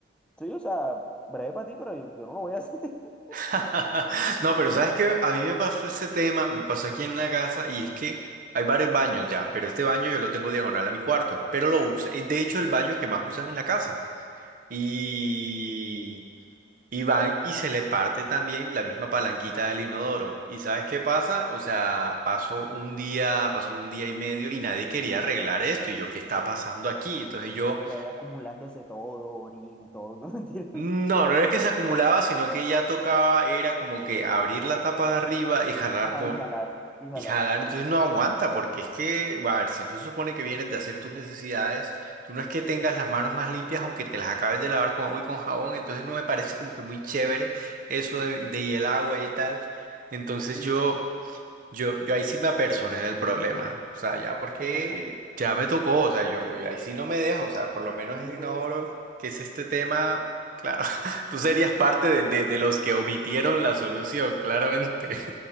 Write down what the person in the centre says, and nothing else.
sí, o sea, breve para ti, pero yo, yo no lo voy a hacer. <laughs>
Y,
y ahí acumulándose todo, orín y todo, ¿no? <laughs> Mentira.
Ajá,
inhalar, inhalar.
Sí.
Tú dijiste,
<laughs>
tú dijiste
tú dijiste